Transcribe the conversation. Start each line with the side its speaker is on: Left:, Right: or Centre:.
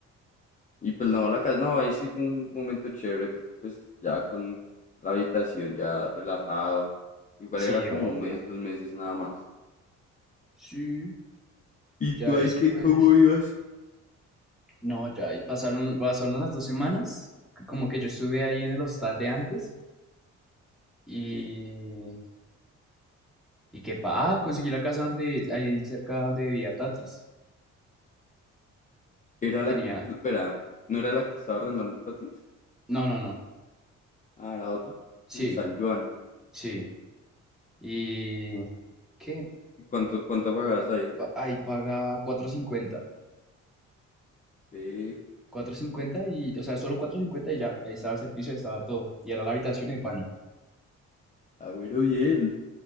Left: Y pues no, la casa, no, ahí sí fue un momento chévere porque pues ya con la habitación ya relajado. Igual
Centre: Sí,
Left: era como
Centre: obvio.
Left: un mes, dos meses nada más.
Centre: Sí,
Left: ¿Y
Centre: ya
Left: tú
Centre: después.
Left: ahí qué, cómo ibas?
Centre: No, ya ahí pasaron, pasaron las dos semanas. c- Como que yo estuve ahí en el hostal de antes. Y.
Left: Sí.
Centre: Y que pa. Ah, conseguí la casa donde, ahí cerca donde vivía Tatis.
Left: Era la
Centre: Tenía.
Left: que, espera, ¿no era la que estaba arrendando Tatis?
Centre: No, no, no.
Left: Ah, la otra,
Centre: Sí,
Left: en San Juan.
Centre: sí. Y. ¿Qué?
Left: ¿Y cuánto, cuánto pagabas ahí?
Centre: Pa- Ahí pagaba cuatro cincuenta.
Left: Ve,
Centre: cuatro cincuenta y, o sea, solo cuatro cincuenta y ya, ahí estaba el servicio, ahí estaba todo. Y era la habitación y el baño.
Left: Ah, bueno, bien. <laughs>